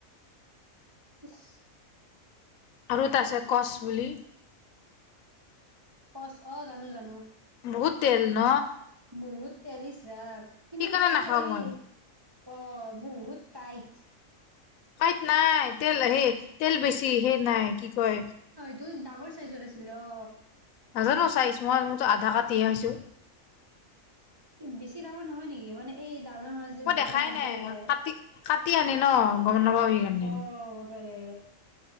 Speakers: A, on the right (about 20°); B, on the left (about 80°).
A: ইছ
B: আৰু এটা আছে কচ বুলি।
A: কচ অহ জানো জানো।
B: বহুত তেল ন।
A: বহুত তেল ইচ ৰাম কিন্তু
B: সেইকাৰণে
A: তাতে
B: নাখাও
A: এই
B: মই
A: অহ। বহুত কাইত।
B: কাইত নাই তেল হে তেল বেছি সেই নাই কি কয়
A: তই ডাঙৰ চাইজৰ আছিলে অ
B: নাজানো চাইছ মই মইতো আধা কাটিহে খাইছো
A: বেছি ডাঙৰ নহয় নেকি মানে এই ডাঙৰ মাছ যে
B: মই
A: বুকৰ
B: দেখাই
A: মাছ
B: নাই
A: যে ওলাই
B: কাটি কাটি আনে ন গম নাপাবি তেন্তে
A: অ বাপাৰে অ